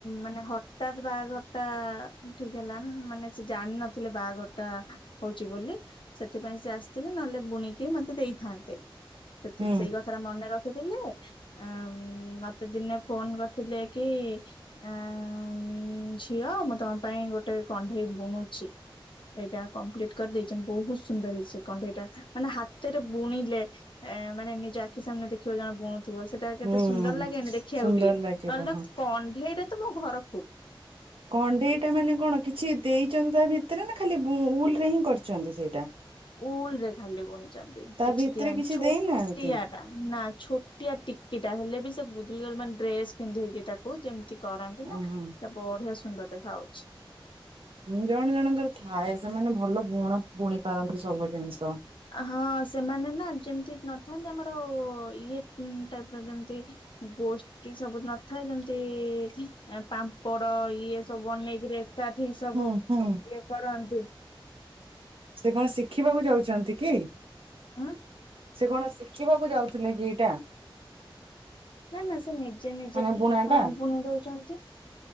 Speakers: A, on the left; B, on the right.
A: ମାନେ ହଠ ଠାତ୍ ବାହାଘର ଟା ଠିକ ହେଲା ନ ମାନେ ସେ ଜାଣିନଥିଲେ ବାହାଘର ଟା ହଉଛି ବୋଲି ସେଥିପାଇଁ ସେ ଆସିଥିଲେ ନହେଲେ ବୁଣିକି ମତେ ଦେଇଥାନ୍ତେ। ସେଥି
B: ହୁଁ
A: ସେଇ କଥା ଟା ମନେ ରଖିଥିଲେ ଉମ୍ ମତେ ଦିନେ ଫୋନ କରିଥିଲେ କି ଆ ଉଁ ଝିଅ ମୁଁ ତମ ପାଇଁ ଗୋଟେ କଣ୍ଢେଇ ବୁଣୁଛି। ଏଇଟା କମ୍ପ୍ଲିଟ କରିଦେଇଛନ୍ତି ବହୁତ ସୁନ୍ଦର ହେଇଚି ସେ କଣ୍ଢେଇଟା ମାନେ ହାତରେ ବୁଣିଲେ ଏ ମାନେ ନିଜ ଆଖି ସାମ୍ନାରେ ଦେଖିବ ଜଣେ <unintelligible> ଥୁବ ସେଟା କେତେ
B: ହୁଁ
A: ସୁନ୍ଦର ଲାଗେନି ଦେଖିବାକୁ
B: ସୁନ୍ଦର
A: ଟିକେ
B: ଲାଗିବ
A: ନହେଲେ
B: ହଁ
A: ତ କଣ୍ଢେଇରେ ତ ମୋ ଘର ଫୁଲ୍।
B: କଣ୍ଢେଇଟା ମାନେ କଣ କିଛି ଦେଇଛନ୍ତି ତା ଭିତରେ ନା ଖାଲି ବୁଁ ଉଲ ରେ ହିଁ କରିଛନ୍ତି ସେଇଟା?
A: ଉଲ ରେ ଖାଲି ବୁଣିଚନ୍ତି
B: ତା
A: କିଛି
B: ଭିତରେ
A: ଦିଆ ହେଇନି ଛୋଟିଆ
B: ଦେଇନାହାନ୍ତି
A: ନା ଛୋଟିଆ ଟିକିଟା ହେଲେ ବି ସେ ଗୁଦୁଲଗାଦୁଲ ମାନେ ଡ୍ରେସ ପିନ୍ଧେଇକି ତାକୁ ଯେମିତି କରନ୍ତି ନା
B: ଓହୋ
A: ସେ ବଢିଆ ସୁନ୍ଦର ଦେଖାହଉଛି।
B: ଜଣେ ଜଣଙ୍କର ଥାଏ ସେମାନେ ଭଲ ବୁଣ ବୁଣି ପାରନ୍ତି ସବୁ ଜିନିଷ।
A: ହଁ ସେମାନେ ନା ଯେମିତି ନଥାନ୍ତି ଆମର ଇଏ ଟାଇପ ର ଯେମିତି ବୋଷ୍ ଇଏ ସବୁ ନଥାଏ ଯେମିତି ପାମ୍ପଡ଼ ଇଏ ସବୁ ବନେଇକିରି <unintelligible> ସବୁ
B: ହୁଁ ହୁଁ।
A: ଇଏ କରନ୍ତି।
B: ସେ କଣ ଶିଖିବାକୁ ଯାଉଛନ୍ତି କି?
A: ଉଁ
B: ସେ କଣ ଶିଖିବାକୁ ଯାଉଥିଲେ କି ଏଇଟା।
A: ନା ନା ସେ ନିଜେ ନିଜେ
B: ମାନେ ବୁଣା ଟା?
A: ଆ ବୁଣି ଦେଉଛନ୍ତି।